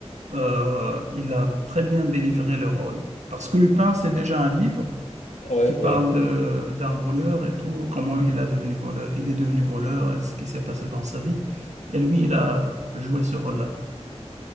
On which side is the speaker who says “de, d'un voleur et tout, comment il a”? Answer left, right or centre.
Right